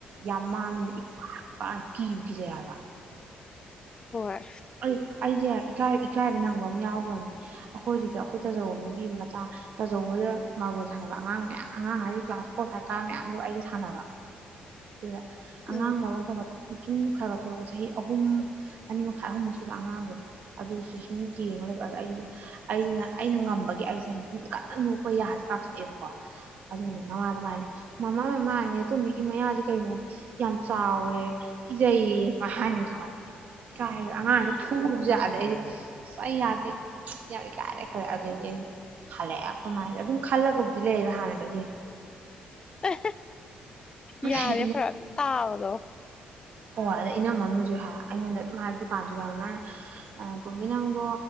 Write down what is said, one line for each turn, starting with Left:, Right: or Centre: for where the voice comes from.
Right: ꯌꯥꯝ ꯃꯥꯡꯉꯅ ꯏꯄꯥꯛ ꯏ ꯄ ꯀꯤꯌꯨ ꯀꯤꯖꯩ ꯍꯥꯏꯕ
Left: ꯍꯣꯏ
Right: ꯑꯩ ꯑꯩꯗꯤꯦ ꯏꯀꯥꯏꯕ ꯅꯪꯕ ꯑꯃ ꯌꯥꯎꯈ꯭ꯔꯕꯅꯦ ꯑꯩꯈꯣꯏꯁꯤꯗ ꯑꯩꯈꯣꯏ ꯇꯥꯖꯧꯕ ꯑꯃꯒꯤ ꯃꯆꯥ ꯇꯥꯖꯧꯕꯗ ꯃꯥꯔꯕꯣꯜ ꯁꯥꯟꯅꯕ ꯑꯉꯥꯡ ꯃꯌꯥꯝ ꯑꯉꯥꯡ ꯍꯥꯏꯁꯦ ꯀ꯭ꯂꯥꯁ ꯐꯣꯔ ꯐꯥꯏꯚ ꯀꯥ ꯃꯌꯥꯝꯗꯣ ꯑꯩꯒ ꯁꯥꯟꯅꯕ ꯑꯗꯨꯗ ꯑꯉꯥꯡ
Left: ꯎꯝ
Right: ꯃꯐꯝꯈꯒ ꯆꯨꯝ ꯈꯔ ꯈꯔ ꯊꯣꯛꯂꯛꯄ ꯆꯍꯤ ꯑꯍꯨꯝ ꯑꯅꯤ ꯃꯈꯥꯏ ꯑꯍꯨꯝꯃꯨꯛ ꯁꯨꯕ ꯑꯉꯥꯡꯗꯣ ꯑꯗꯨ ꯁꯤ ꯁꯨꯝ ꯌꯦꯦꯉ ꯑꯩꯅ ꯑꯩꯁꯤꯅ ꯑꯩꯅ ꯉꯝꯕꯒꯤ ꯑꯩꯁꯦ ꯅꯨꯡ ꯀꯟꯅ ꯅꯣꯛꯄ ꯌꯥꯁꯦ ꯀꯥꯞꯊꯣꯛꯑꯦꯕꯀꯣ ꯑꯗꯨꯅꯦ ꯃꯃꯥ ꯃꯥꯗ ꯃꯥꯅꯦꯦ ꯃꯃꯥ ꯃꯃꯥ ꯑꯅꯤ ꯊꯨꯝ ꯃꯌꯥꯗꯤ ꯀꯩꯅꯣ ꯌꯥꯝ ꯆꯥꯎꯋꯦ ꯀꯤꯖꯩꯌꯦ ꯁꯨꯃꯥꯏ ꯍꯉꯨ ꯊꯋꯥꯖꯩ ꯀꯥꯏ ꯑꯃꯥ ꯐꯨꯔꯖꯥ ꯁꯍꯤ ꯌꯥꯗꯦ ꯌꯥ ꯀꯔ ꯈꯔ ꯊ ꯍꯜꯂꯛꯑꯦ ꯑꯩꯈꯣꯏ ꯃꯥꯁꯦ ꯑꯗꯨꯝ ꯈꯜꯂꯒꯕꯨꯗꯤ ꯂꯩꯕ ꯍꯥꯟꯅꯗꯒꯤ
Left: <unintelligible>
Right: ꯑꯗꯩ
Left: ꯌꯥꯔꯦ ꯈꯔꯥ ꯇꯥꯕꯗꯣ
Right: ꯑꯣ ꯑꯗ ꯏꯅꯝꯃꯅꯨꯁꯨ ꯍꯥꯏ ꯑꯩꯉꯣꯟꯗ ꯃꯥꯥꯏ ꯗꯨꯀꯥꯟꯁꯨ ꯃꯥꯅ ꯇꯣꯝꯕꯥ ꯅꯪꯗꯣ